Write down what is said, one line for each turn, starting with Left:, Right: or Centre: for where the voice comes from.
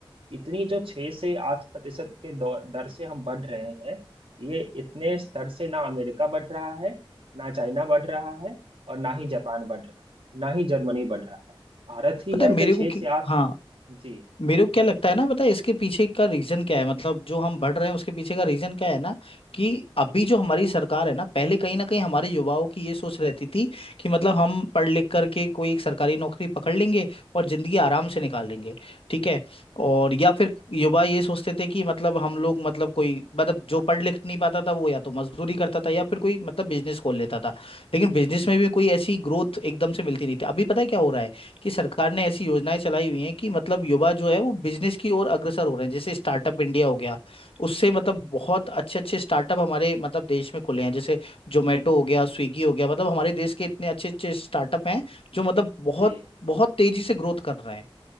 Right: इतनी जो छह से आठ प्रतिशत के दौ- दर से हम बढ़ रहे हैं ये इतने स्तर से ना अमेरिका बढ़ रहा है ना चाइना बढ़ रहा है और ना ही जापान बढ़ रहा है ना ही जर्मनी बढ़ रहा है भारत ही
Left: पता
Right: है
Left: है मेरे
Right: जो
Left: को
Right: छह
Left: कि,
Right: से आठ
Left: हाँ
Right: जी
Left: मेरे को क्या लगता है ना पता है इसके पीछे का रीजन क्या है मतलब जो हम बढ़ रहे हैं उसके पीछे का रीजन क्या है ना कि अभी जो हमारी सरकार है ना पहले कहीं ना कहीं हमारे युवाओं की ये सोच रहती थी कि मतलब हम पढ़ लिख करके कोई एक सरकारी नौकरी पकड़ लेंगे और जिंदगी आराम से निकाल लेंगे ठीक है और या फिर युवा ये सोचते थे कि मतलब हम लोग मतलब कोई मतलब जो पढ़ लिख नहीं पाता था वो या तो मजदूरी करता था या फिर कोई मतलब बिजनेस खोल लेता था लेकिन बिजनेस में भी कोई ऐसी ग्रोथ एकदम से मिलती नहीं थी अभी पता है क्या हो रहा है कि सरकार ने ऐसी योजनाएं चलाई हुई हैं कि मतलब युवा जो है वो बिजनेस की ओर अग्रसर हो रहे हैं जैसे स्टार्टअप इंडिया हो गया उससे मतलब बहुत अच्छे अच्छे स्टार्टअप हमारे मतलब देश में खुले हैं जैसे जोमेटो हो गया स्विगी हो गया मतलब हमारे देश के इतने अच्छे अच्छे स्टार्टअप हैं जो मतलब बहुत
Right: जी
Left: बहुत तेजी से ग्रोथ कर रहे हैं